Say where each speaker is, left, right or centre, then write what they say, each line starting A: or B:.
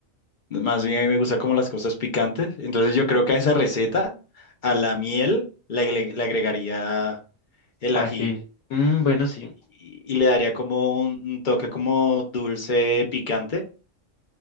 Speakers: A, on the left; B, on the left.
A: Más bien a mí me gustan como las cosas picantes. Entonces yo creo que a esa receta, a la miel, le, agre- le agregaría el
B: Ají,
A: ají.
B: Mm, bueno, sí,
A: Y, y le daría como un un toque como dulce, picante.